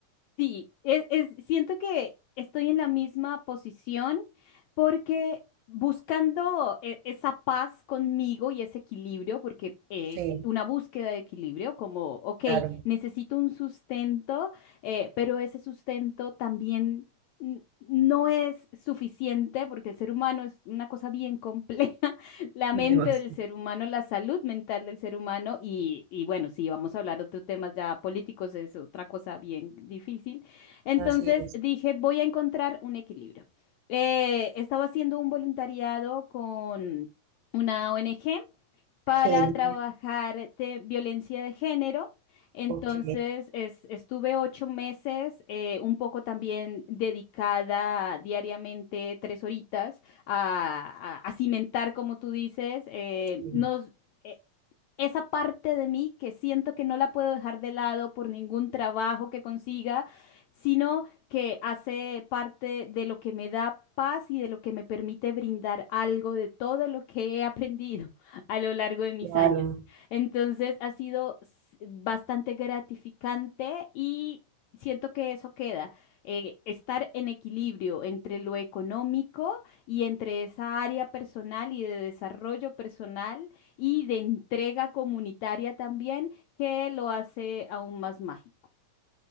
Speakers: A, on the left; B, on the right.
A: Sí, es, es- siento que estoy en la misma posición porque buscando e- esa paz conmigo y ese equilibrio, porque es
B: Sí,
A: una búsqueda de equilibrio, como, ok,
B: claro.
A: necesito un sustento, eh, pero ese sustento también n- no es suficiente porque el ser humano es una cosa bien compleja <laughs> La
B: Demasiado.
A: mente del ser humano, la salud mental del ser humano y, y bueno, si vamos a hablar otros temas ya políticos, es otra cosa bien difícil. Entonces
B: Así es.
A: dije, voy a encontrar un equilibrio. Eh, estaba haciendo un voluntariado con una ONG para
B: Genial.
A: trabajar de violencia de género. Entonces,
B: Ok,
A: es- estuve ocho meses, eh, un poco también dedicada diariamente tres horitas a, a- a cimentar, como tú dices, eh,
B: sí,
A: nos, eh, esa parte de mí que siento que no la puedo dejar de lado por ningún trabajo que consiga, sino que hace parte de lo que me da paz y de lo que me permite brindar algo de todo lo que he aprendido a lo largo de mis
B: claro.
A: años. Entonces ha sido s- bastante gratificante y siento que eso queda, eh, estar en equilibrio entre lo económico y entre esa área personal y de desarrollo personal y de entrega comunitaria también, que lo hace aún más mágico.